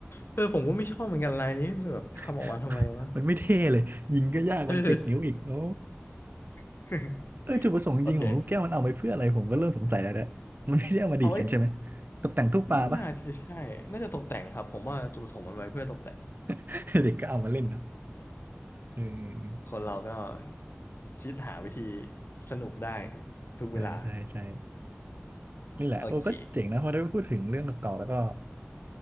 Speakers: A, on the left; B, on the right.
A: เออผมก็ไม่ชอบเหมือนกันลายนี้แบบทำออกมาทำไมวะ
B: <laughs> มันไม่เท่เลยยิงก็ยากมันติดนิ้วอีกโอ้
A: เออ <laughs>
B: เออจุดประสงค์จริงๆของลูกแก้วมันเอาไว้เพื่ออะไรผมก็เริ่มสงสัยแล้วนะมันไม่ได้เอามาดีดกันใช่ไหม
A: โอเคเอาไว้
B: ตกแต่งตู้ปลาปะ
A: ไม่น่าจะใช่น่าจะตกแต่งครับผมว่าจุดประสงค์มันไว้เพื่อตกแต่ง
B: <laughs> เด็กก็เอามาเล่นเนาะเออ
A: คนเราก็คิดหาวิธีสนุกได้ทุกเวลา
B: ใช่ใช่ใช่นี่แหละโอ้ก็เจ๋งนะพอได้พูดถึงเรื่องเก่าๆแล้วก็
A: โอเค